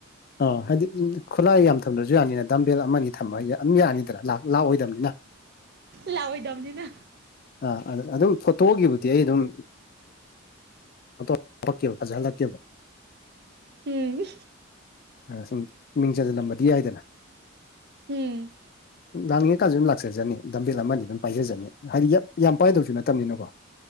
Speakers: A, on the left; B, on the right.
A: ꯑꯣ ꯍꯥꯏꯗꯤ ꯈꯨꯠꯂꯥꯏ ꯌꯥꯝ ꯊꯝꯗ꯭ꯔꯁꯨ ꯌꯥꯅꯤꯅ ꯗꯥꯝꯕꯦꯜ ꯑꯃꯅꯤ ꯊꯝꯃ ꯑꯗꯨꯝ ꯌꯥꯅꯤꯗꯅ ꯂꯥꯛꯑꯣꯏꯗꯕꯅꯤꯅ
B: ꯂꯥꯛꯑꯣꯏꯗꯕꯅꯤꯅ
A: ꯑꯥ ꯑꯗꯨꯝ ꯐꯣꯇꯣꯒꯤꯕꯨꯗꯤ ꯑꯩ ꯑꯗꯨꯝ <unintelligible> ꯐꯖꯂꯛꯦꯕ
B: ꯎꯝ
A: ꯁꯨꯝ ꯃꯤꯡ ꯆꯟꯁꯤꯜꯂꯝꯕꯗꯤ ꯌꯥꯏꯗꯅ
B: ꯎꯝ
A: ꯂꯥꯛꯅꯤꯡꯉꯀꯥꯟꯁꯨ ꯑꯗꯨꯝ ꯂꯥꯛꯆꯖꯅꯤ ꯗꯝꯕꯤꯜ ꯑꯃꯗꯤ ꯑꯗꯨꯝ ꯄꯥꯏꯖꯅꯤ ꯍꯥꯏꯗꯤ ꯌꯥꯝ ꯄꯥꯏꯗꯧꯁꯨ ꯅꯠꯇꯕꯅꯤꯅꯀꯣ